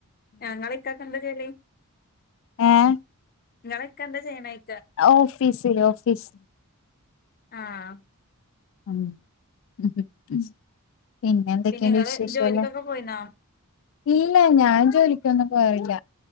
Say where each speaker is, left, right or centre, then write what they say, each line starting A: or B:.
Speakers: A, on the left (about 40°); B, on the left (about 60°).
A: ഞങ്ങള ഇക്കക്കണ്ട ജോലി
B: ആഏ
A: നിങ്ങളൊക്കെ എന്താ ചെയ്യാനായി്
B: ഓഫീസ്ില് ഓഫീസ്
A: ആഹ
B: ഉ ഉ ഉ പിന്നെ എന്തൊക്കെയന്റെ
A: ഇങ്ങള്
B: വിശേഷല്ലേ
A: ജോലിക്കൊക്കെ പോയിന്നോ
B: ഇല്ല ഞാൻ ജോലിക്കൊന്നും പോല്ല